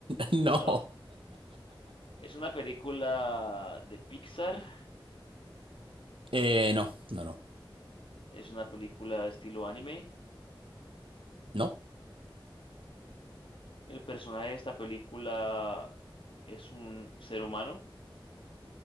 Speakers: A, on the right; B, on the left.
A: <laughs>
B: No.
A: No.
B: Es una película de Pixar.
A: Eh, no, no, no.
B: Es una película estilo anime.
A: No.
B: El personaje de esta película es un ser humano.